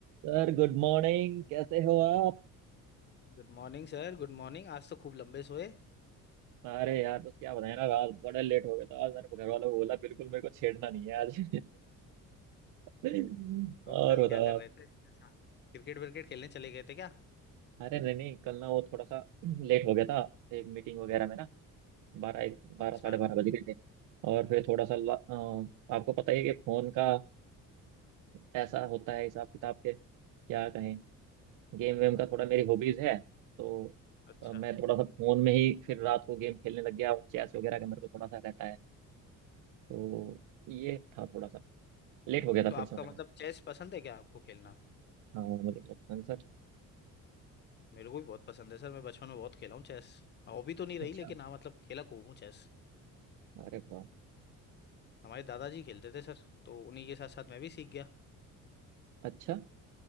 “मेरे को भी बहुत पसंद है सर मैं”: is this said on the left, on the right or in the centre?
Left